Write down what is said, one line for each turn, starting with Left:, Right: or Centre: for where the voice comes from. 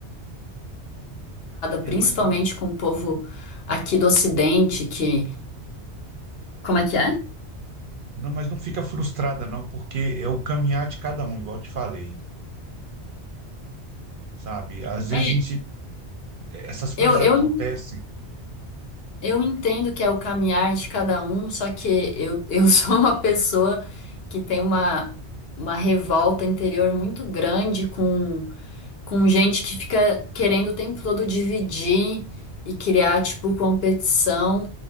Right: é,
Left: principalmente
Right: mas não,
Left: com o povo aqui do Ocidente, que. Como é que é?
Right: não, mas não fica frustrada, não, porque é o caminhar de cada um, igual eu te falei, sabe? Às vezes
Left: É,
Right: a gente, essas coisas
Left: eu, eu
Right: acontecem
Left: Eu entendo que é o caminhar de cada um, só que eu, eu <laughs> sou uma pessoa que tem uma, uma revolta interior muito grande com, com gente que fica querendo o tempo todo dividir e criar, tipo, competição